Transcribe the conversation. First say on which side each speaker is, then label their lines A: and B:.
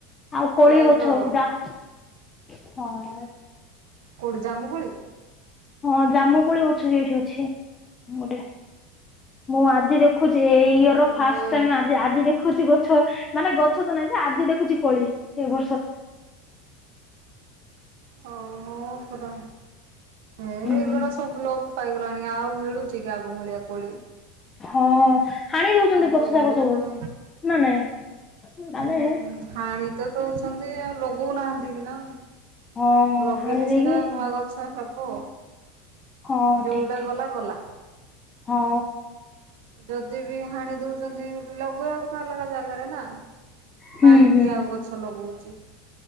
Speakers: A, on the left; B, on the right.
A: ଆଉ କୋଳି
B: ପ୍ରାୟତଃ
A: ଗଛଉଡା ହଁ।
B: କୋଉଠି ଜାମୁକୁୁଳି?
A: ହଁ ଜାମୁକୁଳି ଗଛ ବି ଏଇଠି ଅଛି ଗୋଟେ। ମୁଁ ଆଜି ଦେଖୁଛି ଏଇ
B: ହଁ
A: ଇର ର ଫାଷ୍ଟ
B: ଏ
A: ଟାଇ ଆଜି ଆଜି ଦେଖୁଛି ଗଛ। ମାନେ ଗଛ ତ ନହିଁ ଯେ ଆଜି ଦେଖୁଛି କୋଳି ଏ ବର୍ଷ।
B: ଓ ପୁର। ଏଁ
A: ହୁଁ।
B: ଏଇଗୁଡା ସବୁ ଲୋପ ପାଇଗଲାଣି ଆଉ ମିଳୁଛି କି ଆଗ ଭଳିଆ କୋଳି।
A: ହଁ ହାଣି ଦଉଛନ୍ତି
B: ଆଗ
A: ଗଛ
B: ଭଳିଆ
A: ଶାଗ ସବୁ
B: ନାଇଁ
A: ନା ନାଇଁ। ମାନେ
B: ହୁଁ ହାଣି ତ ଦଉଛନ୍ତି ଆଉ ଲଗଉନାହାନ୍ତି ବି ନା।
A: ହଁ
B: ଲଗେଇଲେ
A: ହାଣି ଦେଇକି
B: ସିନା ନୂଆ ଗଛ ହବ।
A: ହଁ
B: ଯୋଉଟା
A: ଠିକ ଠିକ
B: ଗଲା ଗଲା।
A: ହଁ।
B: ଯଦି ବି ହାଣି ଦଉଛନ୍ତି ଗୋଟେ ଲଗେଇବା କଥା ଅଲଗା ଜାଗାରେ ନା।
A: ହୁଁ
B: କାହିଁକି
A: ହୁଁ।
B: ଆଉ ଗଛ ଲଗଉଛି?